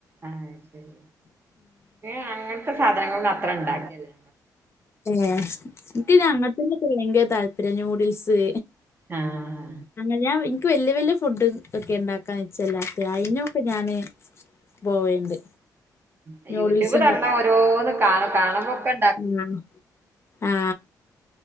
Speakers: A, on the right; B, on the left.
A: ആഹ് അത് ശെരി ങ്ങേ അങ്ങനത്തെ സാധനങ്ങത് ത്രണ്ടാക്കിയ <unintelligible> ഞങ്ങള്
B: ഏ ഇൻക്ന്നെ അങ്ങൻത്തീന്നൊക്കെ ഭയങ്കര താല്പര്യാ ന്യൂ ടിൽസ്
A: ആഹ്
B: അങ്ങനെ ഞാൻ വി ഇൻക്ക് വല്ല്യ വല്ല്യ ഫുഡ് ഒക്കെ ഉണ്ടാക്കാൻ നിച്ചല്ലാത്ത്, <unintelligible> ഞാന് പോവേണ്ട്.
A: ആ
B: നൂഡിൽസ്
A: യൂട്യൂബ് തൊറന്നാ ഓരോന്ന് കാണും കാണുമ്പൊക്കെ ഇണ്ടാ
B: ഉം ആ